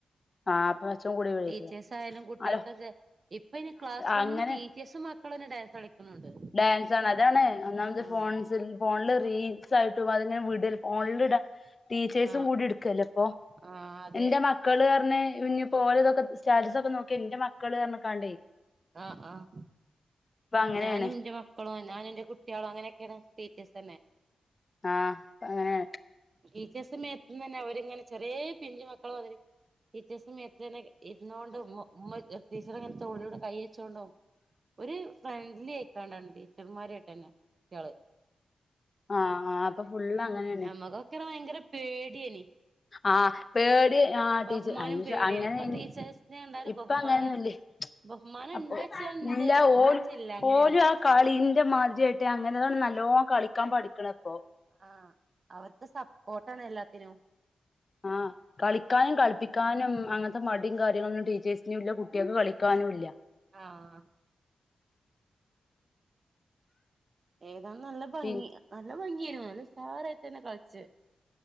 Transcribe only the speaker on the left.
ആഹ് അപ്പൊ മെച്ചം കൂടി വരും
ഹലോ
അങ്ങനെ
ഡാൻസ്ണ് അതാണ് ഒന്നാമത്
ഫോൺസിൽ ഫോണില് റീൽസ് ആയിട്ടും അതങ്ങനെ വീഡിയൽ ഫോണിൽ ടീച്ചേഴ്സും
കൂടി എടുക്കല്ലേ ഇപ്പൊ
എന്റെ മ മക്കള് ക ഇഞ്ഞഞ് പോലെ ഇതൊക്കെ സ്റ്റാ സ് ഒക്കെ നോക്കി എന്റെ മക്കള് കണ്ടേ കാണ്ട്
അങ്ങനെയാണ്
ആഹ് അങ്ങനെ
ആഹ് ആഹ് ഇപ്പൊ ഫുള്ള് അങ്ങനെയാണ്
ആഹ പേടി ആ ടീച്ചെ
അയ്ന്
അങ്ങനേനി
ഇപ്പ
അങ്ങനെന്നുംല്ലേഹ്
അപ്പൊ
ഇല്ല
ഓ
ഓലും
ആ കളിന്റെ മാതിരിയാ ട്ടാ അങ്ങനെതെന്നെ നല്ലോ കളിക്കാൻ പഠിക്ക്ണ ഇപ്പൊ
ആഹ്‌ കളിക്കാനും കളിപ്പിക്കാനും അങ്ങെന്ത്തെ മടിം കാര്യങ്ങളൊന്നും ടീച്ചേഴ്സിനുല്ല കുട്ട്യേൾക്ക് കളി ക്കാനുല്ല്യാ
പി